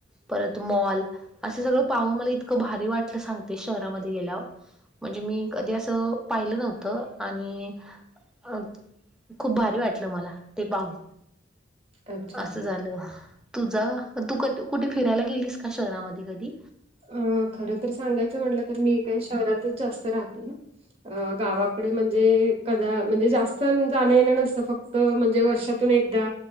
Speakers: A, in the centre; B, on the right.
A: परत मॉल अस सगळं पाहून मला इतकं भारी वाटलं सांगते शहरामध्ये गेल्यावर म्हणजे मी कधी असं पाहिलं नव्हतं आणि अ खूप भारी वाटलं मला ते पाहून
B: अच्छा.
A: असं झालं तुझा तू कुटे फिरायला गेलीस का शहरामध्ये कधी
B: अं खर तर सांगायचं म्हटलं तर मी काय शहरातच जास्त राहते. अ गावाकडे म्हणजे कदा म्हणजे जास्त जाणं येणं नसतं फक त म्हणजे वर्षातून एकदा